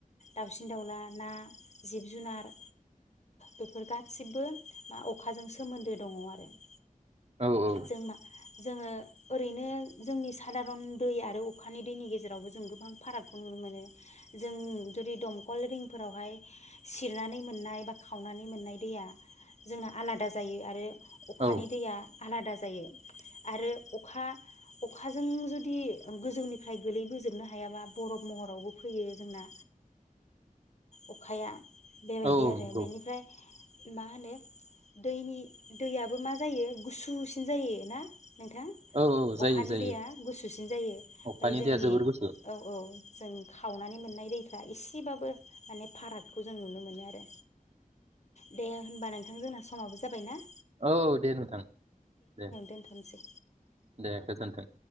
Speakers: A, on the left; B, on the right.
A: दाउसिन दाउला ना जिब जुनार बेफोर गाद सिब्बो मा अखाजों सोमोन्दो दङ आरो। <inaudible>
B: औ औ।
A: जों मा जोङो ओरैनो जोंनि सादारन दै आरो अखानि दैनि गेजे जेरावबो जों गोबां फारागखौ नुनो मोनो। जों जुदि दमखल रिंफोरावहाय सिरनानै मोननाय बा खावनानै मोननाय दैया जोंना आलादा जायो। अखानि
B: औ
A: दैया आलादा जायो आरो अखा अखाजों जुदि गोजौनिफ्राय गोलैबोजोबनो हायाबा बरफ महरावबो फैयो जोंना। अखाया बेबायदि
B: औ
A: आरो
B: नंगौ
A: बेनिफ्राय मा होनो दैनि दैयाबो मा जायो गुसुसिन जायो ना। नोंथां
B: औ औ जायो
A: अखानि
B: जायो
A: दैया गुसुसिन जायो ओमफ्राय
B: अखानि
A: जोंनि
B: दैया जोबोर गुसु
A: औ औ। जों खावनानै मोननाय दैफ्रा इसेबाबो माने फाराग खौ जों नुनो मोनो आरो दे होनबा नोंथां जोंना समाबो जाबाय ना।
B: औ दे नोंथां दे
A: दोनथ'नोसै
B: दे गोजोनथों।